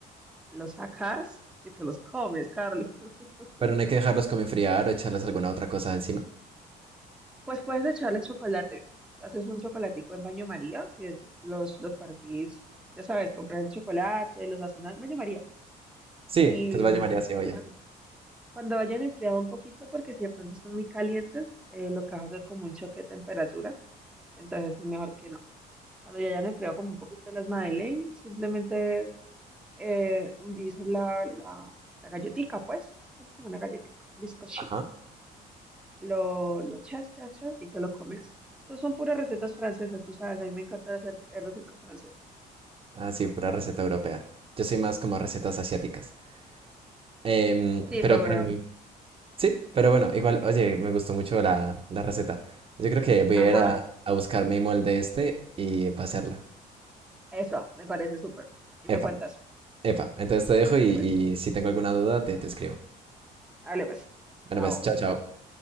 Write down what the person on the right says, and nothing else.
Pero no hay que dejarlos como enfriar o echarles alguna otra cosa encima.
Sí,
pues vaya María, sí,
yo.
Ajá.
Ah, sí, pura receta europea. Yo soy más como recetas asiáticas. Em,
pero,
pero,
Sí, pero bueno, igual, oye, me gustó mucho la, la receta. Yo creo que voy
a ir a, a buscar mi molde este y para hacerla.
Epa,
epa. Entonces te dejo
y, y
si tengo alguna duda, te, te escribo.
Bueno,
pues, chao, chao.